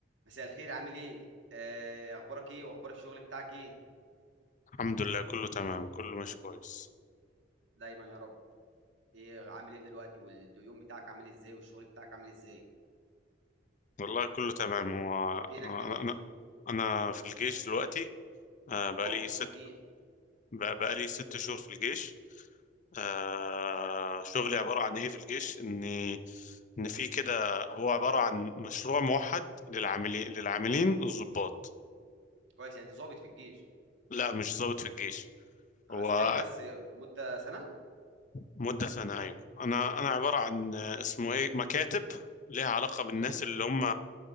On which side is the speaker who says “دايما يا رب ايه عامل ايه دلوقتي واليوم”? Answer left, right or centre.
Right